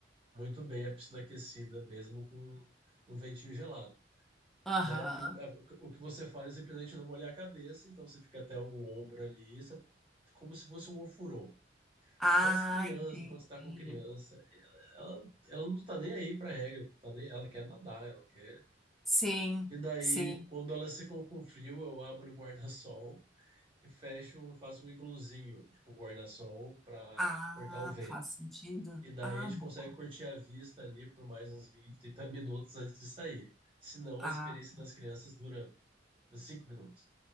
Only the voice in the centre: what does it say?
Aham.
Ah,
entendi.
Sim,
sim.
Ah,
faz sentido.
Ah,
bom.
Ah,